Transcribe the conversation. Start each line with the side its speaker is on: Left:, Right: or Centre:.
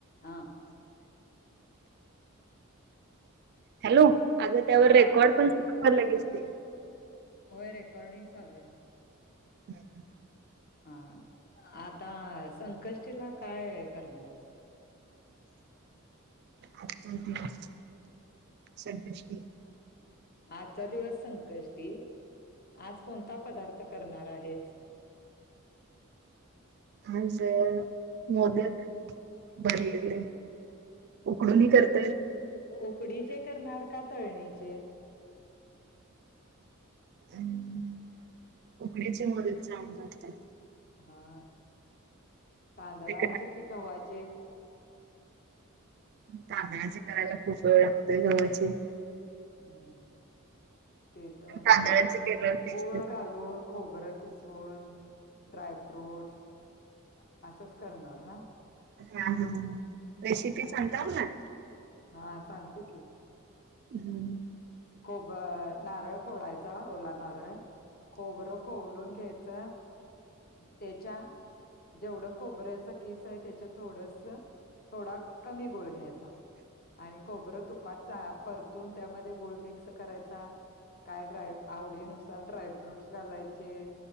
Left: हा
Right: हॅलो अग त्यावर
Left: हा
Right: रेकॉर्ड पण भरलागेच ते
Left: होय रेकॉर्डिंग चालू आहे
Right: हम्म
Left: हा आता संकष्टीला काय करणार आहेस
Right: आजकाल दिवस सग गोष्टी
Left: आजचा दिवस संकष्टी आज कोणता पदार्थ करणार आहेस
Right: आज मोदक भरलेलेे उकडून करत
Left: उकडीचे करणार का तळणीचे
Right: अम् कोकणीची मदत जाऊन जतात
Left: हा तांदळाचे
Right: ते
Left: कि गव्हाचे
Right: तांदळाचे करायला खूफ वेळ लागतय गवा्हाचे
Left: हम्म तेच म्हणलं
Right: तांदळाचे केल्यावर टेस्ट
Left: गोळ घालून खोबर किसून ड्राय फ्रूटस असंच करणार ना
Right: हा हा ह रेसिपी सांताव ना
Left: हा सांगते की
Right: हम्म
Left: खब नारळ फोडायचा ओला नारळ खो बरं खोलून घ्यायचं त्याच्या जेवढं खोबऱ्याचा केस आहे त्याच्या थोड थोडा कमी गोळ घ्यायचा आणि खबरं तुपात परतून त्यामध्ये गोळ मिक्स करायचा काय ड्राय आवडीनुसार ड्रायफ्रूटस घालायचे